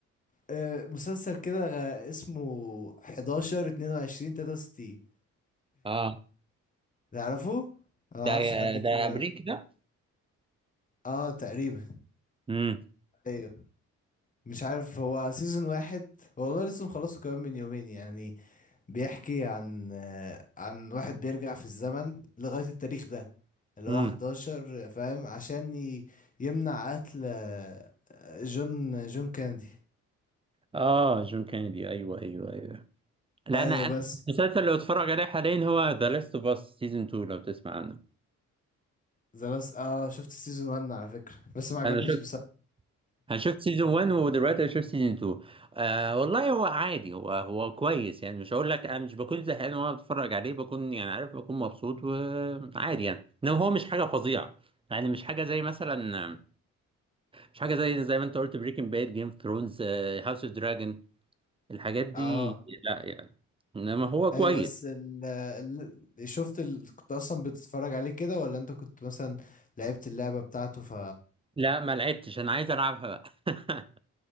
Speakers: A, on the left; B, on the right.
A: آه، مسلسل كده غ- اسمه 11 22 63
B: اه
A: تعرفه؟ انا
B: ده
A: ما اعرفش حد كتير
B: ده
A: يعرف
B: امريكي ده
A: اه تقريبا
B: امم
A: ايوه مش عارف هو سيزون واحد والله لسه مخلصه كمان من يومين يعني بيحكي عن آه، عن واحد بيرجع في الزمن لغاية التاريخ ده اللي
B: امم
A: هو 11 فاهم عشان ي- يمنع قتل آه، جون جون كينيدي
B: اه جون كينيدي ايوه ايوه ايوه لا
A: ايوه
B: انا أنا
A: بس
B: المسلسل اللي بتفرج عليه حاليا هو ذا لاست اوف اس سيزون 2 لو تسمع عنه
A: ذا لاست. اه شفت السيزون 1 على فكرة بس ما عجبنيش
B: انا شفت
A: بصراحة
B: انا شفت سيزون 1 ودلوقتي انا شفت سيزون 2 آه والله هو عادي هو هو كويس يعني مش هقول لك انا مش بكون زهقان وانا بتفرج عليه بكون يعني عارف بكون مبسوط وعادي يعني انما هو مش حاجه فظيعه يعني مش حاجه زي مثلا مش حاجه زي زي ما انت قلت بريكنج باد جيم اوف ثرونز هاوس اوف دراجون الحاجات دي
A: اه
B: لا يعني انما هو كويس
A: ايوه بس ال ال- شفت ال... كنت اصلا بتتفرج عليه كده ولا انت كنت مثلا لعبت اللعبة بتاعته ف
B: لا ما لعبتش انا عايز العبها بقى <laughs>